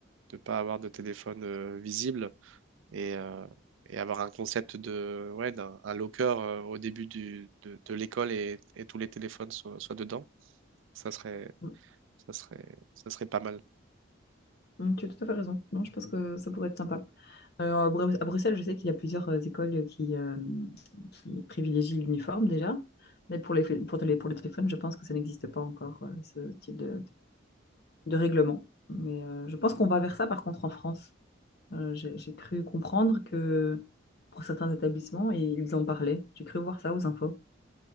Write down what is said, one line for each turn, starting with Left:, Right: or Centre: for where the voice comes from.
Right: de pas avoir de téléphone euh, visible. et, euh, et avoir un concept de, ouais, d'un un locker euh, au début du, de, de l'école et, et tous les téléphones soient, soient dedans, ça serait,
Left: Mm.
Right: ça serait, ça serait pas mal.
Left: Mm, Tu as tout à fait raison. Non, je pense que ça pourrait être sympa. Euh, à Bru- à Bruxelles, je sais qu'il y a plusieurs euh, écoles qui, euh, qui privilégient l'uniforme déjà. Mais pour les, pour les, pour les téléphones, je pense que ça n'existe pas encore, euh, ce type de, de règlement. Mais euh, je pense qu'on va vers ça, par contre, en France. Euh, j'ai j'ai cru comprendre que pour certains établissements, et ils en parlaient. J'ai cru voir ça aux infos.